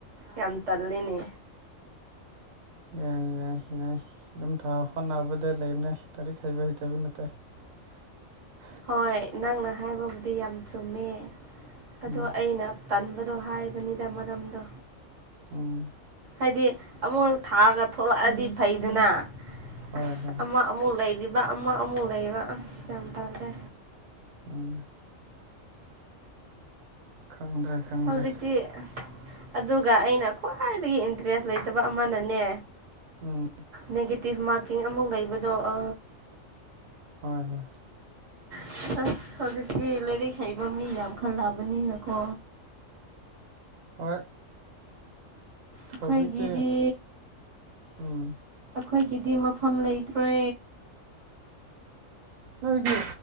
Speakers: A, on the right; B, on the right.
A: ꯌꯥꯝ ꯇꯜꯂꯤꯅꯦ
B: ꯌꯥꯏ ꯌꯥꯏ ꯌꯥꯏ ꯑꯗꯨꯝ ꯊꯥ ꯍꯣꯠꯅꯕꯗ ꯂꯩꯕꯅꯦ ꯂꯥꯏꯔꯤꯛ ꯍꯩꯕ ꯍꯩꯇꯕ ꯅꯠꯇꯦ <unintelligible>
A: ꯍꯣꯏ ꯅꯪꯅ ꯍꯥꯏꯕꯕꯨꯗꯤ ꯌꯥꯝ ꯆꯨꯝꯃꯦ ꯑꯗꯣ
B: ꯎꯝ
A: ꯑꯩꯅ ꯇꯟꯕꯗꯣ ꯍꯥꯏꯕꯅꯤꯗ ꯃꯔꯝꯗꯣ
B: ꯎꯝ
A: ꯍꯥꯏꯗꯤ ꯑꯃꯨꯛ ꯊꯥꯔꯒ ꯊꯣꯛꯂꯛꯑꯗꯤ ꯐꯩꯗꯅ
B: ꯍꯣꯏ
A: ꯑꯁ
B: ꯍꯣꯏ
A: ꯑꯃ ꯑꯃꯨꯛ ꯂꯩꯔꯤꯕ ꯑꯃ ꯑꯃꯨꯛ ꯂꯩꯕ ꯑꯁ ꯌꯥꯝ ꯇꯥꯜꯂꯦ
B: ꯑꯣ ꯈꯪꯗ꯭ꯔꯦ ꯈꯪꯗ꯭ꯔꯦ
A: ꯍꯧꯖꯤꯛꯇꯤ ꯑꯗꯨꯒ ꯑꯩꯅ ꯈ꯭ꯋꯥꯏꯗꯒꯤ ꯏꯟꯇꯔꯦꯁ ꯂꯩꯇꯕ ꯑꯃꯅꯅꯦ
B: ꯎꯝ
A: ꯅꯦꯒꯦꯇꯤꯞ ꯃꯥꯔꯀꯤꯡ ꯑꯃꯨꯛ ꯂꯩꯕꯗꯣ ꯑ
B: ꯍꯣꯏ ꯍꯣꯏ
A: ꯑꯁ ꯍꯧꯖꯤꯛꯇꯤ ꯂꯥꯏꯔꯤꯛ ꯍꯩꯕ ꯃꯤ ꯌꯥꯝ ꯈꯜꯂꯛꯑꯕꯅꯤꯅꯀꯣ
B: ꯍꯣꯏ
A: ꯑꯩꯈꯣꯏꯒꯤꯗꯤ
B: ꯍꯧꯖꯤꯛꯇꯤ ꯎꯝ
A: ꯑꯩꯈꯣꯏꯒꯤꯗꯤ ꯃꯐꯝ ꯂꯩꯇ꯭ꯔꯦ
B: ꯅꯣꯏꯗꯤ